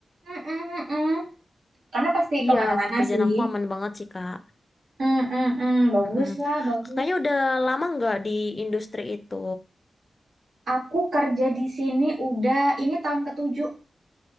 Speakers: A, on the right (about 85°); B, on the left (about 40°).
A: Mm-mm, mm-mm. Karena pasti
B: Iya,
A: kemana-mana
B: kerjaan
A: sih.
B: aku aman banget sih, Kak.
A: Mm-mm, Bagus
B: Mm-mm.
A: lah, bagus.
B: Kakaknya udah lama nggak di industri itu?
A: Aku kerja di sini udah ini tahun ketujuh,